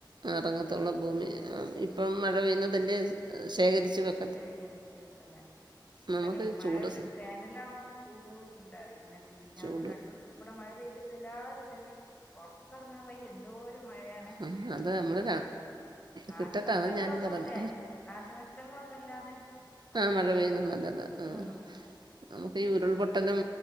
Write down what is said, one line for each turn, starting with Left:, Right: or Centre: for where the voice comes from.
Right: ഇറങ്ങത്തുള്ള ഭൂമി
Left: ഉം
Right: ഇപ്പം മഴ പെയ്യുന്നതല്ലേ ശേഖരിച്ചു വെക്ക-
Left: ശേഖരിച്ച് വക്കുന്ന അതണെ
Right: നമുക്ക്
Left: മഴ
Right: ചൂട്
Left: വേനല ആകുമ്പോ ചൂടോ ചൂടോ അറിയുന്നെ മിനിഞ്ഞാന്ന്
Right: ചൂട്
Left: രണ്ട്ദിവസം ഇവിടെ മഴ പെയ്തിട്ട് എല്ലാരും ഇതന്നെ പുറത്തിറങ്ങാൻ വയ്യ എന്തോരംമഴയ
Right: ആ അതാ നമ്മള്
Left: നാശനഷ്ടങ്ങളൊന്നുംല്ലേ
Right: കിട്ടട്ടെ അതാ ഞാനും പറഞ്ഞെ
Left: നാശനഷ്ടങ്ങളൊന്നും ഇല്ലാതെ അത്രേ
Right: ആഹ് മഴ
Left: ഉള്ളൂ
Right: പെയ്യുന്നത് നല്ലതാ ആ
Left: ഉം
Right: നമുക്ക് ഈ ഉരുൾപൊട്ടലും